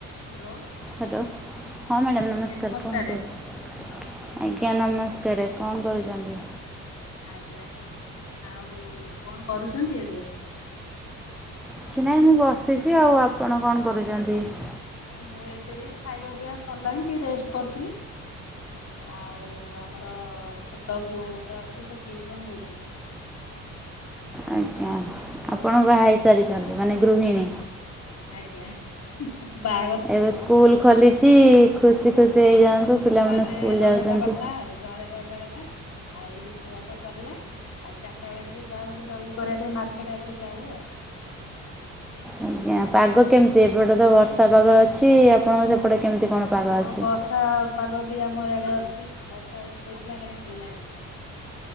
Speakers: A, on the left (about 60°); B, in the centre.
A: Hello.
B: Hello ହଁ madam ନମସ୍କାର
A: ଆଜ୍ଞା ନମସ୍କାରେ
B: କୁହନ୍ତୁ ଆଜ୍ଞା।
A: ନମସ୍କାର
B: ଆଜ୍ଞା ନମସ୍କାର କଣ କରୁଛନ୍ତି?
A: ଆଜ୍ଞା ଆଉ କଣ କରୁଛନ୍ତି ଏବେ?
B: କିଛି ନାଇଁ ମୁଁ ବସିଛି ଆଉ ଆପଣ କଣ କରୁଛନ୍ତି ଏବେ?
A: ମୁଁ ଏବେ ଖାଇବା ପିଇବା ସରିଲାଣି ଟିକେ ରେଷ୍ଟ୍ କରୁଥିଲି। ଆଉ ଆମର ଛୋଟ ପୁଅ ଗୋଟେ ଅଛି ସେ ଟ୍ଯୂଉସନ୍ ହଉଛି।
B: ଆଜ୍ଞା ଆପଣ ବାହା ହେଇସାରିଛନ୍ତି ମାନେ ଗୃହିଣୀ?
A: ଆଜ୍ଞା। ବା
B: ଏବେ ସ୍କୁଲ ଖୋଲିଛି ଖୁସି ଖୁସି ହେଇଯାଆନ୍ତୁ ପିଲାମାନେ
A: ଘରେ
B: ସ୍କୁଲ
A: ରହିବା
B: ଯାଉଛନ୍ତି।
A: କଥା ଆଉ ଘରେ ରହିବା କଥା ଆଉ ଏଇ ରୋଷେଇ ବାସ ସରିଲା ଆଉ ଚାରଟା ବେଳେ ଟିକେ ଯାଉ ବୁଲାବୁଲି କରିବା ପାଇଁ ମାର୍କେଟ ଆଡକୁ ଯାଉ ଆଉ। ହଉ।
B: ଆଜ୍ଞା ପାଗ କେମିତି ଏପଟେ ତ ବର୍ଷା ପାଗ ଅଛି ଆପଣଙ୍କ ସେପଟେ କେମିତି କଣ ପାଗ
A: ହଁ
B: ଅଛି?
A: ବର୍ଷା ପାଗ ବି ଆମ ଆଡ଼େ ଅଛି ବର୍ଷା ଉଠାଇଥିଲା କାହିଁ ହେଲାନି।